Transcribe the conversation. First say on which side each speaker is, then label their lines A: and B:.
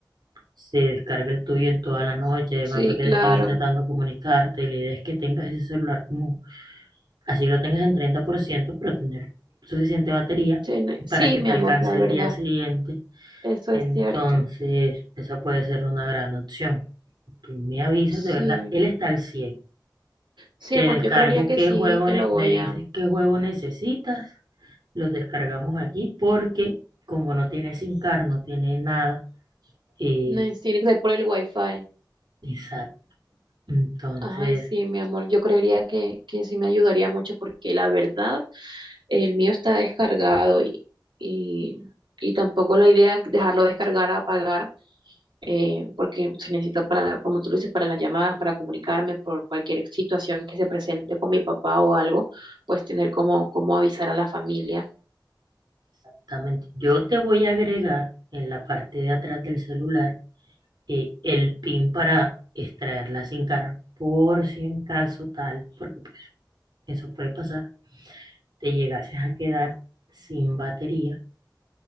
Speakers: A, on the right (about 65°); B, on the right (about 80°).
A: se descarga el tuyo en toda la noche, de
B: Sí,
A: pronto que
B: claro.
A: te están intentando comunicarte, y la idea es que tengas ese celular como, así lo tengas en 30% pero tener suficiente batería
B: Tiene- Sí,
A: para que
B: mi
A: te
B: amor,
A: alcance
B: la verdad.
A: el día siguiente.
B: Eso
A: Entonces,
B: es cierto.
A: esa puede ser una gran opción. Tú me avisas,
B: Sí.
A: de verdad, él está al cien
B: Sí,
A: Te
B: amor,
A: descargo
B: yo creería que
A: qué
B: sí,
A: juego,
B: te
A: ne-
B: lo voy
A: me dices
B: a...
A: qué juego necesitas, los descargamos aquí porque como no tiene SIM card, no tiene nada, eh,
B: Tiene que ser por el wifi.
A: exacto. Entonces,
B: Ay, sí, mi amor, yo creería que, que sí me ayudaría mucho porque la verdad, el mío está descargado y, y, y tampoco la idea es dejarlo descargar a apagar eh, porque se necesita para, como tú lo dices, para las llamadas, para comunicarme por cualquier situación que se presente con mi papá o algo, pues tener como, como avisar a la familia.
A: Exactamente. Yo te voy a agregar en la parte de atrás del celular eh, el pin para extraer la SIM card, por si en caso tal, porque pues, eso puede pasar, te llegases a quedar sin batería,